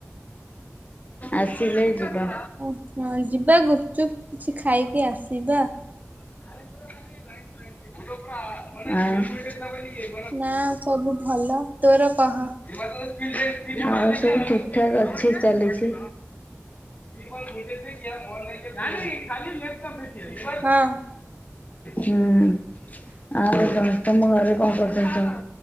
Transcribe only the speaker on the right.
ଉଁ ହଁ ଯିବା ଗୁପ୍ ଚୁପ୍ କିଛି ଖାଇକି ଆସିବା।
ନା ଆଉ କବୁ ଭଲ। ତୋର କହ?
ହଁ।